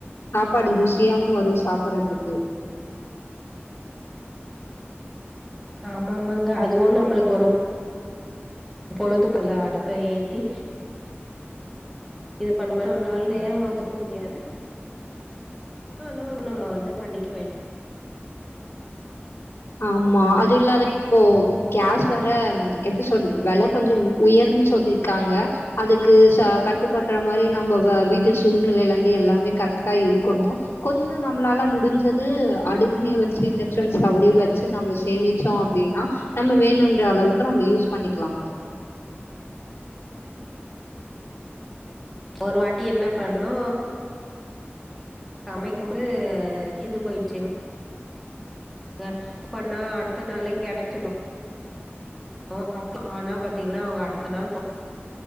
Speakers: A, on the left; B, in the centre.
A: சாப்பாடு ருசியாவு வரு சாப்பிடுறதுக்கு
B: ஆமாமாங்க அதுவு நம்மளுக்கு ஒரு பொறு அப்பொழுது பல அடுப்பை ஏத்தி இது பண்ணோ நம்மளால நேர ஒத்துக்க முடியாது ஆனாவு நம்ம வந்து பண்ணிக்க வேண்ட
A: ஆமா அச் அது இல்லாத இப்போ கேஸ் வர எப்பிடி சொல்றது வெலை கொஞ்ச உயரு சொல்லிருக்காங்க அதுக்கு கட்டுப்படுற மாரி நம்ம வீட்டு சூழ்நிலையில இருந்து எல்லாமே கரெக்டா இருக்கணு கொஞ்ச நம்மளால முடிஞ்சது அடுப்பிலியே வச்சு இண்டக்ஷன்ஸ் வச்சு நம்ம சேமிச்சோ அப்புடின்னா நம்ம வேணும்ன்ற அளவுக்கு நம்ம யூஸ் பண்ணிக்கலா
B: ஒரு வாட்டி என்ன பண்ணு சமைக்கும்பது தீந்து போயிடுச்சுங்க புக் பண்ணா அடுத்த நாளே கிடைச்சிடும் அ ஆனா பாத்தீங்கன்னா அவங்க அடுத்த நாள்